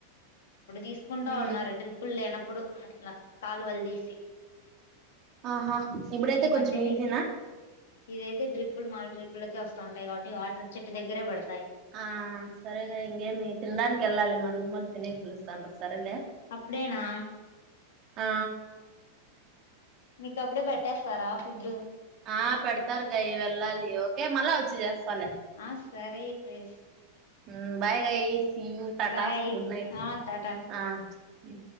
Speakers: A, on the left (about 60°); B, on the right (about 35°).
A: తీసుకుంటా
B: ఉమ్,
A: ఉన్నారు డిప్పులు లేన ప్పుడు న కాలువల్ తీసి
B: ఆహా ఇప్పుడైతే
A: ఈ మధ్య
B: కొంచెం
A: ని
B: ఈజీనా
A: ఇదైతే డ్రిప్పులు మాల డ్రిప్పుల వస్తా ఉంటాయి కాబటి వాటర్ చెట్టు దగ్గర పడు
B: ఆ సరేగా ఇంగేమి తినడానికి కెళ్ళాలి మా రూమోల్లు తినేకి పిలుస్తాండారు సరేలే
A: అప్పుడేనా
B: ఆ
A: కప్పుడే పెట్టేస్తారా ఫుడ్
B: ఆ పెడతారు గ ఇవెల్లాలి ఓకే మళ్ళ వచ్చి జేస్తాలే
A: ఆ సరే ప్రేస్
B: మ్ bye guys see you tata
A: bye
B: good night
A: ఆ టాటా
B: ఆ లే